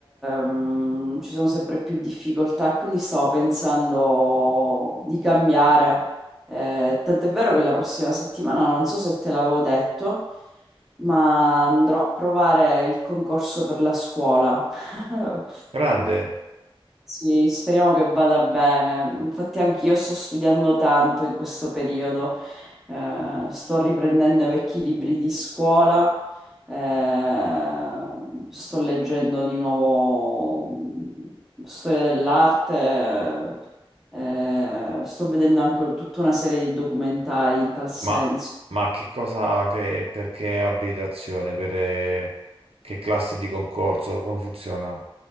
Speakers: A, in the centre; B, on the right.
A: mm, ci sono sempre più difficoltà, e quindi stavo pensando di cambiare. Eh, tant'è vero che la prossima settimana, non so se te l'avevo detto, ma andrò a provare il concorso per la scuola. <laughs>
B: Grande,
A: Sì, speriamo che vada bene. Infatti anch'io sto studiando tanto in questo periodo. Eh, sto riprendendo i vecchi libri di scuola, eh, sto leggendo di nuovo mm, storia dell'arte, eh, sto vedendo anche tutta una serie di documentari in tal senso.
B: ma, ma che cosa, che, perché abitazione, per eh, che classe di concorso, come funziona?